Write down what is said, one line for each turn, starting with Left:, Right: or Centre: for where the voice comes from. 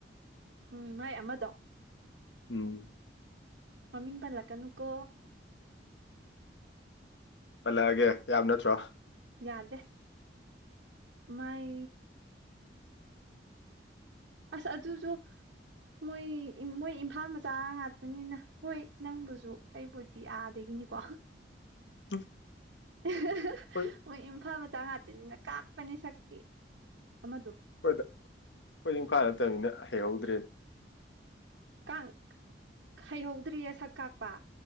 Right: ꯎꯝ ꯃꯥꯏ ꯑꯃꯗꯣ
Left: ꯎꯝ
Right: ꯃꯃꯤꯡ ꯄꯜꯂꯛ ꯀꯅꯨꯀꯣ
Left: ꯄꯜꯂꯛꯑꯒꯦ ꯌꯥꯕ ꯅꯠꯇ꯭ꯔꯣ
Right: ꯌꯥꯗꯦ ꯃꯥꯏ ꯑꯁ ꯑꯗꯨꯁꯨ ꯃꯣꯏ ꯃꯣꯏ ꯏꯝꯐꯥꯜ ꯃꯆꯥ ꯉꯥꯛꯇꯅꯤꯅ ꯍꯣꯏ ꯅꯪꯕꯨꯁꯨ ꯑꯩꯕꯨꯗꯤ ꯑꯥꯗꯒꯤꯅꯤꯀꯣ
Left: ꯎꯝ <inaudible>
Right: ꯍ <inaudible>
Left: ꯍꯣꯏ
Right: ꯍꯣꯏ ꯏꯝꯐꯥꯜ ꯃꯆꯥ ꯉꯥꯛꯇꯅꯤꯅ ꯀꯥꯛꯄꯅꯤ ꯁꯛꯇꯤ ꯑꯃꯗꯣ
Left: ꯑꯩꯈꯣꯏꯗ ꯑꯩꯈꯣꯏꯗꯤ ꯏꯝꯐꯥꯜ ꯅꯠꯇꯃꯤꯅ ꯍꯩꯍꯧꯗ꯭ꯔꯦꯅꯦ
Right: ꯀꯥꯡ ꯍꯩꯍꯧꯗ꯭ꯔꯤꯌꯦ ꯁꯛ ꯀꯥꯛꯄ